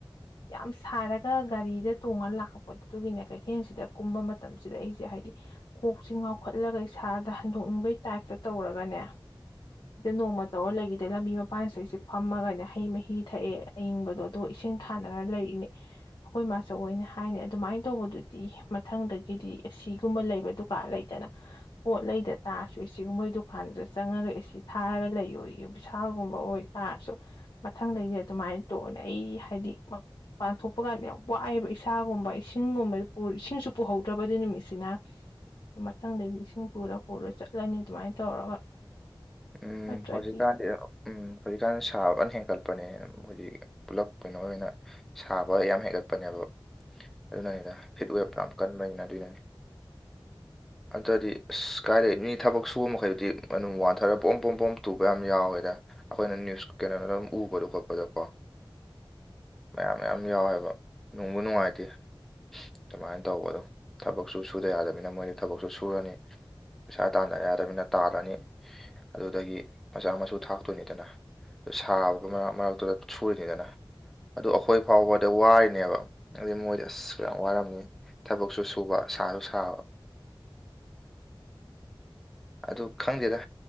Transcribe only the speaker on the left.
ꯌꯥꯝ ꯁꯥꯔꯒ ꯒꯥꯔꯤꯗ ꯇꯣꯡꯉ ꯂꯥꯛꯄꯄꯗ ꯑꯗꯨꯒꯤꯅꯦ ꯀꯩꯊꯦꯜꯁꯤꯗ ꯀꯨꯝꯕ ꯃꯇꯝꯁꯤꯗ ꯑꯩꯁꯦ ꯍꯥꯏ ꯍꯥꯏꯕꯗꯤ ꯀꯣꯛꯁꯤ ꯉꯥꯎꯈꯠꯂꯒ ꯏꯁꯥꯗ ꯍꯟꯗꯣꯛꯅꯤꯡꯕꯒꯤ ꯇꯥꯏꯞꯇ ꯇꯧꯔꯒꯅꯦ ꯁꯤꯗ ꯅꯣꯡꯃ ꯇꯧꯔꯒ ꯂꯩꯈꯤꯗ ꯂꯝꯕꯤ ꯃꯄꯥꯟꯁꯤ ꯑꯩꯁꯤ ꯐꯝꯃꯒꯅꯦ ꯍꯩ ꯃꯍꯤ ꯊꯛꯑꯦ ꯑꯌꯤꯡꯕꯗꯣ ꯑꯣ ꯏꯁꯤꯡ ꯁꯥꯟꯅꯔ ꯂꯩꯔꯤꯅꯦ ꯑꯩꯈꯣꯏ ꯃꯥꯆ ꯑꯣꯏꯅ ꯍꯥꯏꯅꯤ ꯑꯗꯨꯃꯥꯏꯅ ꯇꯧꯕꯗꯨꯗꯤ ꯃꯊꯪꯗꯒꯤꯗꯤ ꯑꯁꯤ ꯁꯤꯒꯨꯝꯕ ꯂꯩꯕ ꯗꯨꯀꯥꯟ ꯂꯩꯗꯅ ꯄꯣꯠ ꯂꯩꯗ ꯇꯥꯔꯁꯨꯏ ꯁꯤꯒꯨꯝꯕ ꯗꯨꯀꯥꯟꯗꯨꯗ ꯆꯪꯉꯒ ꯑꯦꯁꯤ ꯊꯥꯔꯒ ꯂꯩꯌꯣꯌꯦ ꯕꯤꯁꯥꯜꯒꯨꯝꯕ ꯑꯣꯏꯇꯥꯔꯁꯨ ꯃꯊꯪꯗꯩꯗꯤ ꯑꯗꯨꯃꯥꯏꯅ ꯇꯣꯛ ꯑꯩ ꯍꯥꯏꯗꯤ ꯄꯥꯡꯊꯣꯛꯄ ꯀꯥꯟꯗ ꯌꯥꯝ ꯋꯥꯏꯑꯦꯕ ꯏꯁꯥꯒꯨꯝꯕ ꯏꯁꯤꯡꯒꯨꯝꯕ ꯏꯁꯤꯡꯁꯨ ꯄꯨꯍꯧꯗ꯭ꯔꯕꯗ ꯅꯨꯃꯤꯠꯁꯤꯅ ꯃꯊꯪꯗꯩꯗꯤ ꯏꯁꯤꯡ ꯄꯨꯔꯒ ꯄꯨꯔ ꯆꯠꯂꯅꯤ ꯑꯗꯨꯃꯥꯏꯅ ꯇꯧꯔꯒ
ꯅꯠꯇ꯭ꯔꯗꯤ
ꯑꯟꯑꯣꯗꯤꯕꯜ
ꯑꯟꯑꯣꯗꯤꯕꯜ